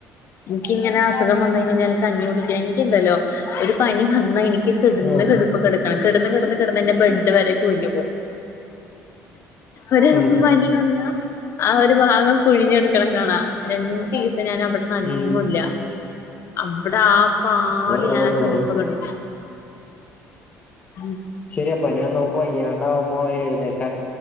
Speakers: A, on the left; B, on the left.
A: ഇൻക്കിങ്ങനെ അസുഖം വന്ന് കഴിഞ്ഞാൽ കഞ്ഞി കുടിക്കാന് എനിക്കുണ്ടല്ലോ ഒരു പനി വന്ന എനി കിടന്ന
B: ഉം
A: കെടപ്പിൽ കെട ആഹ് കിടന്ന് കിടന്ന് കിടന്ന്ന്നെ ബെഡ് വരെ കുഴിഞ്ഞു പോ ഒരു
B: ഉം
A: പനി വന്നാ ആ ഒരു ഭാഗം കുഴിഞ്ഞ കെടക്കണ കാണാം രണ്ടീസ് ഞാൻ അവിടുന്ന് അനങ്ങൂല്ല
B: ഉം
A: അവിടാ ആ പാട്
B: ഓ
A: ഞാൻ
B: ഓ
A: ആ കെടപ്പ്
B: ഓ
A: കെടക്കും ഉം
B: ശരിയപ്പാ ഇനിപ്പ നമുക്ക് വയ്യാണ്ടാവകുമ്പോ എഴുന്നേ